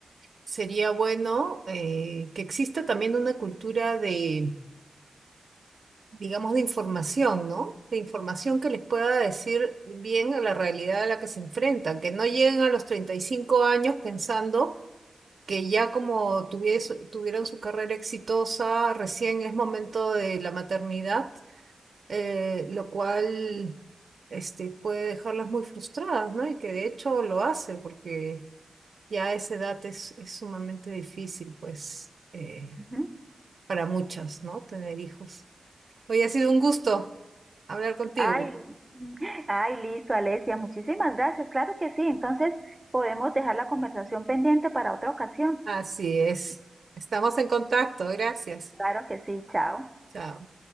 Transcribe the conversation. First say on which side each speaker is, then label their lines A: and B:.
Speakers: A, on the right; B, on the right.
A: sería bueno eh, que exista también una cultura de, digamos, de información, ¿no? De información que les pueda decir bien a la realidad a la que se enfrentan, que no lleguen a los 35 años pensando que ya como tuvies- tuvieron su carrera exitosa, recién es momento de la maternidad eh, lo cual este, puede dejarlas muy frustradas, ¿no? Y que de hecho lo hace, porque ya a esa edad es, es sumamente difícil, pues, eh,
B: Ujú.
A: para muchas, ¿no? Tener hijos. Hoy ha sido un gusto hablar contigo.
B: Ay, ay, listo, Alesia, muchísimas gracias. Claro que sí, entonces podemos dejar la conversación pendiente para otra ocasión.
A: Así es. Estamos en contacto. Gracias.
B: Claro que sí, chao.
A: Chao.